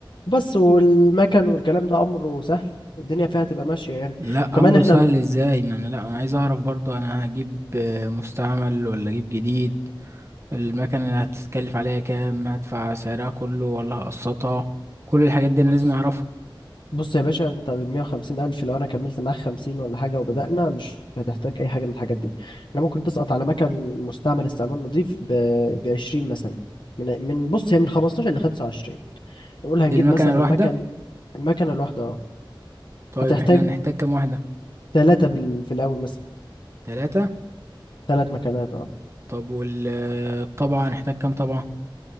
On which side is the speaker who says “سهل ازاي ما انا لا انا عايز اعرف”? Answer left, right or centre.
Right